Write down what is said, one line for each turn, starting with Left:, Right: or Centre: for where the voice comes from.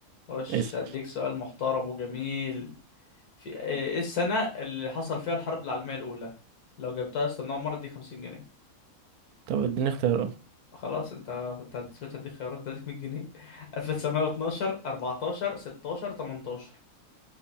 Left: خش
Right: اسأل
Left: اديك سؤال محترم وجميل في ايه إيه السنة اللي حصل فيها الحرب العالمية الأولى لو جبتها يا اسطى من أول مرة اديك 50 جنيه
Right: طب اديني اختيارات
Left: خلاص انت كنت هد- كنت هديك خيارات كنت هديك 100 جنيه <laughs> 1912 14 16 18